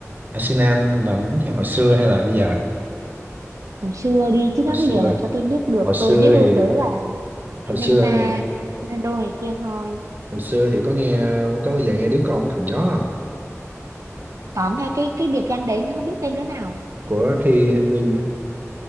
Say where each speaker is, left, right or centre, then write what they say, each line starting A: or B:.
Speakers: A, on the right; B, on the right.
A: Arsenal mà đánh theo hồi xưa hay là bây giờ
B: Hồi xưa đi chứ
A: hồi
B: nói
A: xưa
B: bây giờ làm sao tôi biết được.
A: hồi xưa
B: Tôi biết
A: thì
B: luôn tới là
A: hồi
B: Neymar,
A: xưa
B: Ronaldo này kia thôi.
A: hồi xưa thì có nghe có bây giờ nghe đứa con của thằng gió không
B: Có nghe cái cái biệt danh đấy nhưng không biết tên đứa nào.
A: của Thi Henry á